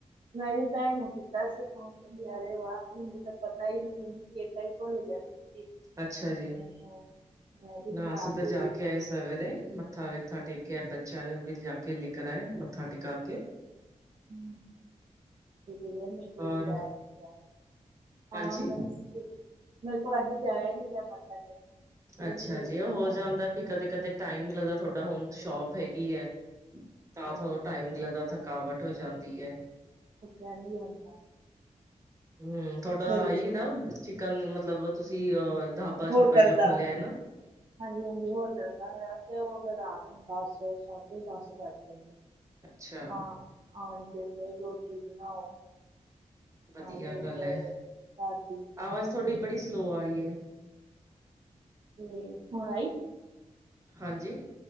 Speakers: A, on the right; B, on the right.
A: ਮੈਂ ਵੀ ਭੈਣ ਨੂੰ ਕੀਤਾ ਸੀ ਫੋਨ। ਕਹਿੰਦੀ ਅਰੇ ਵਾਹ ਮੈਨੂੰ ਤਾਂ ਪਤਾ ਹੀ ਨੀ ਕਹਿੰਦੀ ਚੇਤਾ ਹੀ ਭੁੱਲ ਗਿਆ ਕਹਿੰਦੀ।
B: ਅੱਛਾ ਜੀ,
A: ਮੈਂ ਮੈਂ ਵੀ
B: ਨਾ
A: ਬਣਾ
B: ਅਸੀਂ ਤਾਂ
A: ਤੂੰ
B: ਜਾ ਕੇ ਆਏ ਸਵੇਰੇ ਮੱ ਮੱਥਾ ਮੁੱਥਾ ਟੇਕਿਆ ਬੱਚਿਆਂ ਨੂੰ ਵੀ ਜਾ ਕੇ ਲੇਕਰ ਆਏ ਮੱਥਾ ਟਿਕਾ ਕੇ।
A: ਹੂੰ, ਮੇਰੇ ਤੋਂ
B: ਔਰ
A: ਜਾਇਆ ਨੀ ਗਿਆ। ਹਾਂ
B: ਹਾਂਜੀ
A: ਬਸ ਕੇ <inaudible> ਮੈਥੋ ਅੱਜ ਜਾਇਆ ਨੀ ਗਿਆ ਮੱਥਾ ਟੇਕਣ।
B: ਅੱਛਾ
A: ਇਹ ਨਹੀਂ ਲੈ
B: ਜੀ ਉਹ
A: ਕੇ
B: ਹੋ
A: ਗਿਆ
B: ਜਾਂਦਾ ਵੀ ਕਦੇ ਕਦੇ ਟਾਈਮ ਨੀ ਲੱਗਦਾ ਤੁਹਾਡਾ ਹੁਣ ਸ਼ੋਪ ਹੈਗੀ ਹੈ, ਤਾਂ
A: ਹਾਂਜੀ
B: ਥੋੜਾ ਟਾਈਮ ਨੀ ਲੱਗਦਾ ਥ ਥਕਾਵਟ ਹੋ ਜਾਂਦੀ ਏ।
A: ਉਠਿਆ ਨੀ ਜਾਂਦਾ।
B: ਹੂੰ ਤੁਹਾਡਾ
A: ਸਵੇਰੇ
B: ਆਹੀ
A: ਸਵੇਰੇ
B: ਨਾ ਚਿਕਨ ਮਤਲਬ ਤੁਸੀਂ ਅ ਢਾਬਾ ਛੋਟਾ
A: ਹੋਟਲ
B: ਜਿਹਾ
A: ਦਾ।
B: ਖੋਲਿਆ ਹੈ ਨਾ
A: ਹਾਂਜੀ-ਹਾਂਜੀ ਹੋਟਲ ਦਾ ਹੈ ਤੇ ਉਹ ਫਿਰ ਰਾਤ ਨੂੰ ਦਸ ਸਾਢੇ ਦਸ ਵੱਜ ਜਾਂਦੇ।
B: ਅੱਛਾ
A: ਹਾਂ, ਆਣ ਕੇ ਫਿਰ ਰੋਟੀ ਬਣਾਓ।
B: ਵਧੀਆ
A: ਆਵੇ ਚ
B: ਗੱਲ ਐ।
A: ਭਾਬੀ
B: ਆਵਾਜ਼ ਤੁਹਾਡੀ
A: ਤੇ ਪਾਰਟੀ
B: ਬੜੀ ਸਲੋ ਆ ਰਹੀ ਏ।
A: ਤੇ ਹੁਣ ਆਈ।
B: ਹਾਂਜੀ।